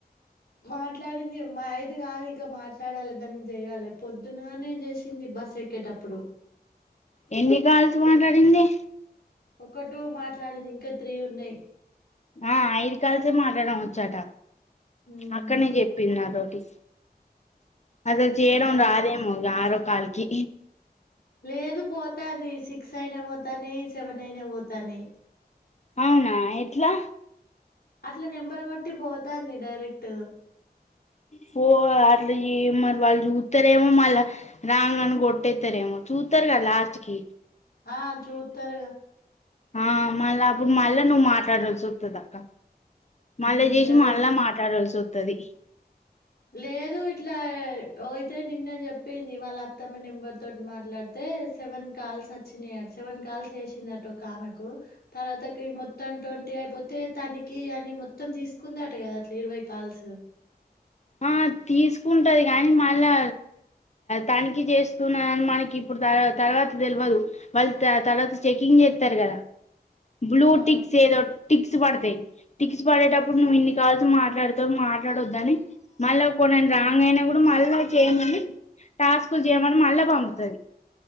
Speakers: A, on the left; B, on the left.
A: మాట్లాడింది మా ఐది కాదు ఇంకా మాట్లాడాలి దాన్ని చేయాలి పొద్దుననే చేసింది బస్ ఎక్కేటప్పుడు
B: ఎన్ని కాల్స్ మాట్లాడింది
A: ఒక్క టూ మాట్లాడింది ఇంకా త్రీ ఉన్నాయి
B: ఆ ఐదు కాల్స్ ఏ మాట్లాడం వచ్చాట
A: ఉమ్
B: అక్కనే చెప్పింది నాతో టీ అసల్ చేయడం
A: ఇంకా
B: రాదేమో ఇగ ఆరో కాల్ కి
A: లేదు పోతాంది సిక్స్ అయిన పోతానాయి సెవెన్ అయిన పోతానాయి
B: అవునా ఎట్లా
A: అట్లా నెంబర్ కొట్టి పోతంది డైరెక్ట్
B: పో అట్ మరి వాళ్ళు చూత్తరేమో మళ్ళ రాంగని కొట్టేతారేమో చూత తార్ కదా లాస్ట్కి
A: ఆ చూత్తరుగా
B: ఆ మళ్ళా అపుడు మళ్ళా నువ్వు మాట్లాడాల్సి వత్తది అక్క మళ్ళా
A: ఉమ్
B: చేసి
A: గదే
B: మళ్ళా మాట్లాడాల్సి వత్తాది
A: లేదు ఇట్లా ఓయితే నిన్న చెప్పింది వాళ్ళ అత్తమ్మ నెంబర్ తోటి మాట్లా అయితే సెవెన్ కాల్స్ వచ్చినాయి సెవెన్ కాల్స్ చేశిందట ఒక ఆమెకు తర్వాతకి మొత్తం ట్వంటీ అయిపో తే తనికి అని మొత్తం తీసుకుందాట కదా అట్లా ఇరవై కాల్స్
B: ఆ తీసుకుంటది కాని మళ్ళా తనిఖీ చేస్తున్నాని మనకి ఇప్పుడు తర్ తర్వాత తెల్వదు వాళ్ళు తర్వాత చెకింగ్ చేత్త రు కదా బ్లూటిక్స్
A: ఆ
B: ఏదో టిక్స్ పడతాయి టిక్స్ పడేటప్పుడు నువ్వు ఇన్ని కాల్సి మాట్లాడుతావు మాట్లాడొద్దని మళ్ళా కొన్ని రాంగ్ అయినవి కూడా మళ్ళా చేయమని టాస్కులు చేయమని మళ్ళా పంపుతది